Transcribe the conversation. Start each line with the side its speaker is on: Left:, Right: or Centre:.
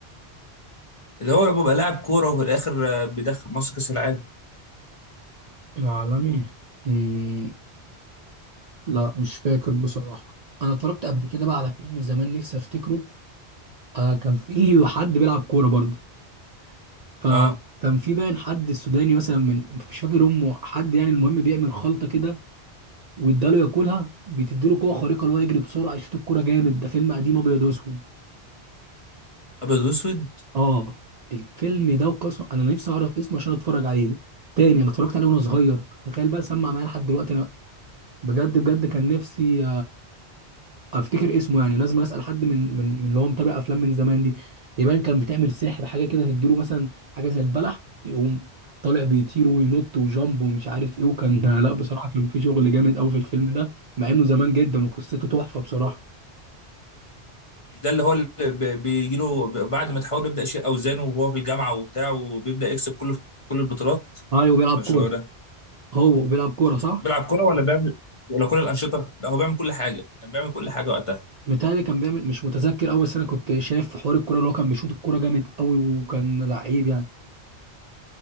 Left: اللي هو لما بيبقى لاعب كوره وفي الاخر آه، بيدخل مصر كاس العالم
Right: العالمي امم لا مش فاكر بصراحة أنا اتفرجت قبل كده بقى على فيلم زمان نفسي أفتكره آه كان فيه حد بيلعب كورة برضه فكان
Left: اه
Right: في باين حد السوداني مثلا من مش فاكر امه حد يعني المهم بيعمل خلطه كده واداله ياكلها بتديله قوه خارقه اللي هو يجري بسرعه يشوط الكوره جامد ده فيلم قديم ابيض واسود
Left: ابيض واسود
Right: اه الفيلم ده وقصه انا نفسي اعرف اسمه عشان اتفرج عليه تاني انا اتفرجت عليه وانا صغير تخيل بقى سمع معايا لحد دلوقتي انا بجد بجد كان نفسي افتكر اسمه يعني لازم اسال حد من من من اللي هو متابع افلام من زمان دي يبان كان بتعمل سحر حاجه كده تديله مثلا حاجه زي البلح يقوم طالع بيطير وينط وجامب ومش عارف ايه وكان <laughs> لا بصراحه كان في شغل جامد قوي في الفيلم ده مع انه زمان جدا وقصته تحفه بصراحه
Left: مش ده اللي هو اللي بي- بيجي له ب- بعد ما تحاول بيبدا يشيل اوزانه وهو في الجامعه وبتاع وبيبدا يكسب كله في كل البطولات
Right: ايوه بيلعب
Left: مش
Right: كوره
Left: هو ده
Right: هو بيلعب كوره صح
Left: بيلعب كرة ولا بيعمل ولا كل الأنشطة؟ لا هو بيعمل كل حاجة كان بيعمل كل حاجة وقتها
Right: متهيألي كان بيعمل مش متذكر قوي بس انا كنت شايف حوار الكوره اللي هو كان بيشوط الكوره جامد قوي وكان لعيب يعني